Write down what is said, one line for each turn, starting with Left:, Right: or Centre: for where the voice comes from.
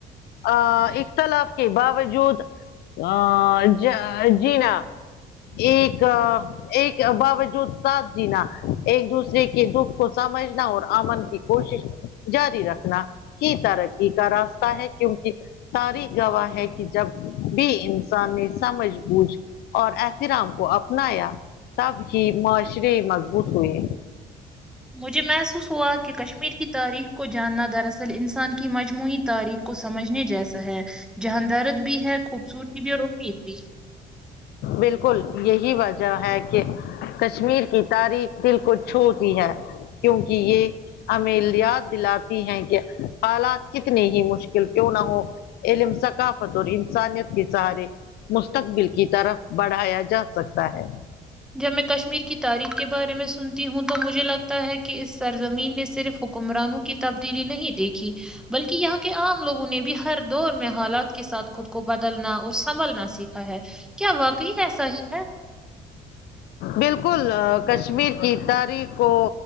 Left: ا اختلاف کے باوجود ا ج جینا ایک ایک باوجود ساتھ جینا ایک دوسرے کے دکھ کو سمجھنا اور امن کی کوشش جاری رکھنا ہی ترقی کا راستہ ہے کیونکہ تاریخ گواہ ہے کہ جب بھی انسان نے سمجھ بوجھ اور احترام کو اپنایا تب ہی معاشرے مضبوط ہوئے
Centre: مجھے محسوس ہوا کہ کشمیر کی تاریخ کو جاننا دراصل انسان کی مجموعی تاریخ کو سمجھنے جیسا ہے جہاں درد بھی ہے خوبصورتی بھی اور امید بھی
Left: بالکل یہی وجہ ہے کہ کشمیر کی تاریخ دل کو چھوتی ہے کیونکہ یہ ہمیں یاد دلاتی ہیں کہ حالات کتنی ہی مشکل کیوں نہ ہو علم ثقافت اور انسانیت کے سہارے مستقبل کی طرف بڑھایا جا سکتا ہے
Centre: جب میں کشمیر کی تاریخ کے بارے میں س نتی ہوں تو مجھے لگتا ہے کہ اس سرزمین نے صرف حکمرانوں کی تبدیلی نہیں دیکھی بلکہ یہاں کے عام لوگوں نے بھی ہر دور میں حالات کے ساتھ خود کو بدلنا اور سنبھلنا سیکھا ہے کیا واقعی یہ سچ ہے
Left: بالکل کشمیر کی تاریخ کو